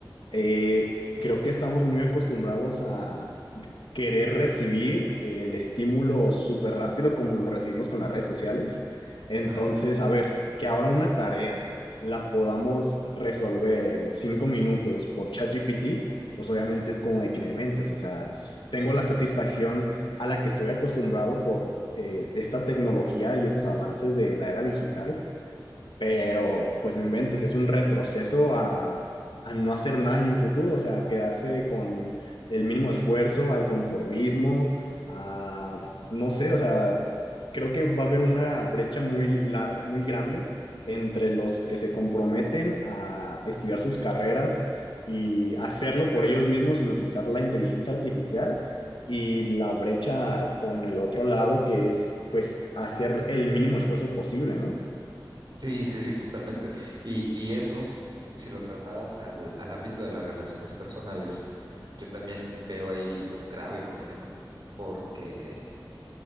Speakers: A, on the left; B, on the right.
A: eh, creo que estamos muy acostumbrados a, querer recibir el estímulo súper rápido como lo recibimos con las redes sociales. Entonces,
B: Ajá.
A: a ver, que ahora una tarea la podamos resolver en cinco minutos por ChatGPT, pues obviamente es como de que no inventes, o sea, tengo la satisfacción a la que estoy acostumbrado por eh, esta tecnología y estos avances de la era digital, pero pues no inventes, es un retroceso a, a no hacer nada en un futuro, o sea, quedarse con el mínimo esfuerzo, al conformismo, a, no sé, o sea, creo que va a haber una brecha muy, lar muy grande entre los que se comprometen a estudiar sus carreras y hacerlo por ellos mismos sin utilizar la inteligencia artificial y la brecha con el otro lado que es pues hacer el mínimo esfuerzo posible, ¿no?
B: Sí, sí, sí, totalmente. Y, y eso, si lo trasladas al, al ámbito de las relaciones personales, yo también veo ahí un grave problema, porque